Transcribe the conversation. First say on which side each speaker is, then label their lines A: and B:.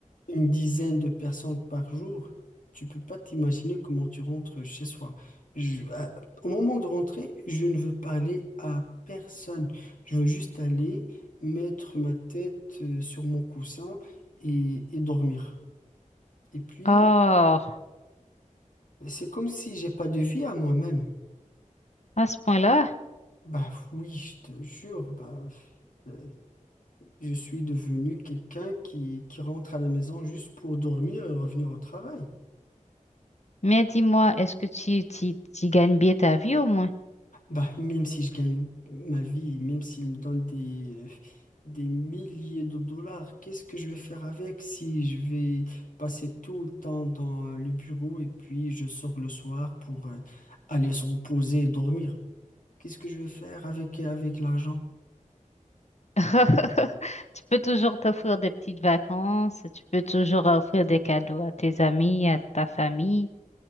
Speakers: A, on the left (about 75°); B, on the left (about 55°).
A: une dizaine de personnes par jour. Tu peux pas t'imaginer comment tu rentres chez soi. Je- à- au moment de rentrer, je ne veux parler à personne. Je veux juste aller mettre ma tête euh, sur mon coussin et, et dormir. Et puis,
B: Oh, à
A: c'est comme si j'ai pas de vie à moi-même.
B: ce point-là.
A: Bah oui, je te jure, bah, euh, je suis devenu quelqu'un qui, qui rentre à la maison juste pour dormir et revenir au travail.
B: Mais dis-moi, est-ce que tu, tu, tu gagnes bien ta vie au moins?
A: Bah même si je gagne ma vie, même s'il me donne des, des milliers de dollars, qu'est-ce que je vais faire avec si je vais passer tout le temps dans le bureau et puis je sors le soir pour euh, aller se reposer et dormir? Qu'est-ce que je vais faire avec, avec l'argent?
B: <laughs> Tu peux toujours t'offrir des petites vacances, tu peux toujours offrir des cadeaux à tes amis, à ta famille.